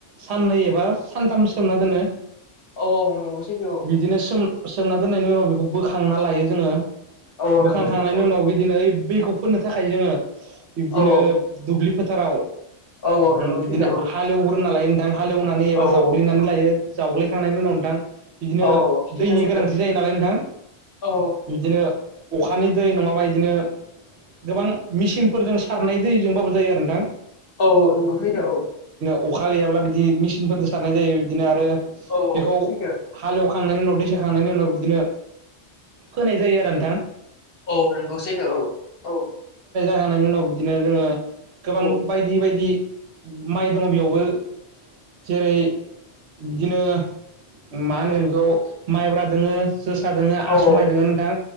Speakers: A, on the right; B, on the left.
A: साननै एबा सानथाम सोमना दोनो।
B: औ औ नंगौ सैथो औ
A: बिदिनो सोम सोमना दोननायनि उनाव बेखौ बोखांना लायो जोङो
B: औ
A: बोखांखांनायनि
B: नंगौ सैथो
A: उनाव बिदिनो बेखौ फोननो थाखाय जोङो बिब्दिनो
B: औ
A: दुब्लि फोथाराव
B: औ औ नंगौ
A: बिदिनो
B: सैथो
A: हालेवग्रोना लायो नोंथां हालेवनानै एबा
B: औ औ
A: जावग्लिनानै लायो। जावग्लायखांनायनि उनाव नोंथां बिदिनो
B: औ औ सैथो
A: दैनि
B: सैथो
A: गोनांथि जायो नालाय नोंथां
B: औ
A: बिदिनो अखानि दै नङाबा इदिनो गोबां मेचिनफोरजों सारनाय दैजोंबाबो जायो आरो नोंथां
B: औ नोंगौ सैथो औ
A: अखा गैयाब्ला बिदि मेचिनफोरजों सारनाय जायो बिदिनो आरो
B: औ
A: बेखौ
B: सैथो
A: हालेवखां खांनायनि उनाव दै सोखांनायनि उनाव बिदिनो फोनाय जायो आरो नोंथां।
B: औ नंगौ सैथो औ औ
A: होनायनि उनाव बिदिनो जोङो गोबां
B: औ
A: बायदि बायदि माइ दङ बेयावबो जेरै बिदिनो मा होनगोन बेखौ माइब्रा दोङो जोसा दोङो आसुमाइ
B: औ
A: दोङो नोंथां